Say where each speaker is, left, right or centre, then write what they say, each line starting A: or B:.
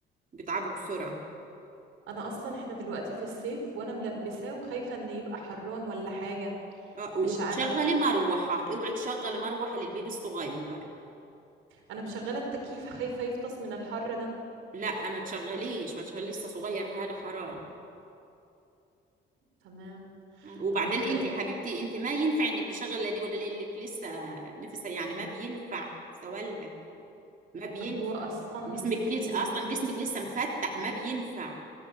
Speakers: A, on the right (about 45°); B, on the right (about 85°).
A: بيتعبوا بسرعه
B: انا اصلا احنا دلوقتي في الصيف وانا ملبساه وخايفة ان يبقى حران ولا حاجة
A: اه وتشغلي
B: مش عارفة
A: مروحه اوعي تشغلي مروحه للبيبي الصغير
B: انا مشغلة التكييف خايفة يفطس من الحر ده
A: لا ما تشغليش ما تشغليش لسه صغير هذا حرام
B: تمام
A: مم. وبعدين
B: طب ال...
A: انت
B: ال...
A: يا حبيبتي انت ما ينفع انك تشغلي لا دي ولا لك لسه نفسها يعني ما بينفع لسه والده ما بينفع
B: طب هو اصلا
A: جسمك
B: في
A: لسه اصلا جسمك لسه مفتح ما بينفع